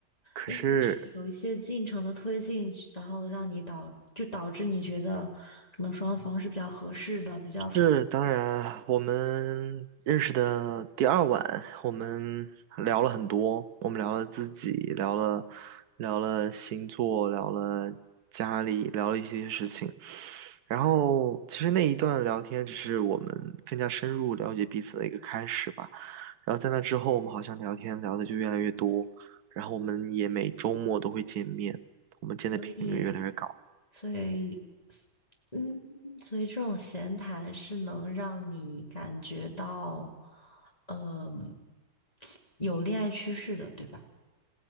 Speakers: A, on the right; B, on the left.
A: 可是。
B: 应该是有一些进程的推进，然后让你导就导致你觉得可能双方是比较合适的，比较符合
A: 是，当然，我们认识的第二晚，我们聊了很多，我们聊了自己，聊了聊了星座，聊了家里，聊了一些事情。然后，其实那一段聊天只是我们更加深入了解彼此的一个开始吧。然后在那之后，我们好像聊天聊的就越来越多，然后我们也每周末都会见面，我们见的频率越来越高。
B: 利益，所以嗯，所以这种闲谈是能让你感觉到，嗯、有恋爱趋势的，对吧？